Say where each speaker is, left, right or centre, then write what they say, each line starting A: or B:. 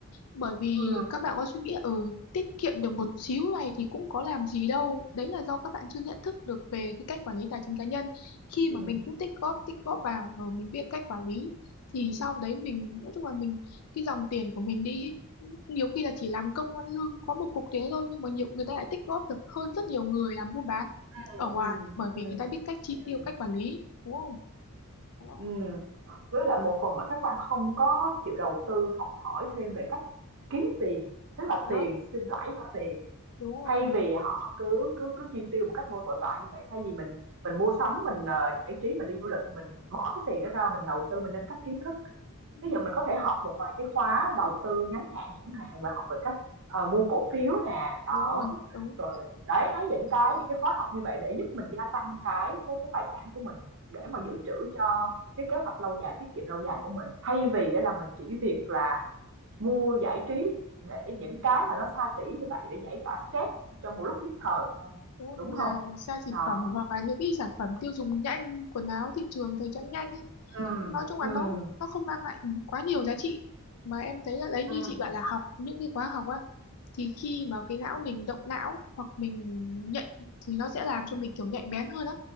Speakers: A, on the left; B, on the right.
A: bởi vì
B: ừ
A: các bạn có suy nghĩ ở tiết kiệm được một xíu này thì cũng có làm gì đâu đấy là do các bạn chưa nhận thức được về cái cách quản lý tài chính cá nhân khi
B: ừ
A: mà mình cũng tích góp tích góp vào rồi mình biết cách quản lý thì sau đấy mình nói chung là mình cái dòng tiền của mình đi ý, nhiều khi là chỉ làm công ăn lương có một cục thế thôi nhưng mà nhiều người ta lại tích góp được hơn rất nhiều người làm buôn bán
B: ừ
A: ở ngoài
B: ừ
A: bởi
B: ừ
A: vì người ta biết cách chi tiêu
B: ừ
A: cách quản lý đúng không đó,
B: ừm. Với lại một phần là các bạn không có chịu đầu tư học hỏi thêm về cách kiếm tiền, tức là
A: đó
B: tiền sinh lãi ra tiền.
A: đúng rồi
B: thay vì họ cứ cứ cứ chi tiêu một cách vô tội vạ như vậy thay vì mình mình mua sắm mình ờ, giải trí mình đi du lịch thì mình bỏ cái tiền đó ra mình đầu tư mình nâng cấp kiến thức
A: Ừ,
B: thí dụ mình có thể học một vài cái khóa đầu tư ngắn hạn chẳng hạn và học về cách ờ, mua cổ phiếu nè đó
A: đúng rồi đúng
B: rồi đấy đấy những cái những cái khóa học như vậy để giúp mình gia tăng cái cái cái tài sản của mình để mà dự trữ cho cái kế hoạch lâu dài tiết kiệm lâu dài của mình thay vì á là mình chỉ việc là Mua giải trí để những cái mà nó xa xỉ như vậy để giải tỏa stress trong một lúc nhất thời thôi,
A: Đúng rồi,
B: đúng
A: một
B: không?
A: là xa xỉ
B: Đó,
A: phẩm hoặc là những cái sản phẩm tiêu dùng nhanh, quần áo thị trường thời trang nhanh ấy.
B: ừm,
A: Nói chung là
B: ừm,
A: nó nó không mang lại quá nhiều giá trị mà em thấy là đấy như
B: ừm,
A: chị bảo là học những cái khóa học á thì khi mà cái não mình động não hoặc mình nhạy thì nó sẽ làm cho mình kiểu nhạy bén hơn á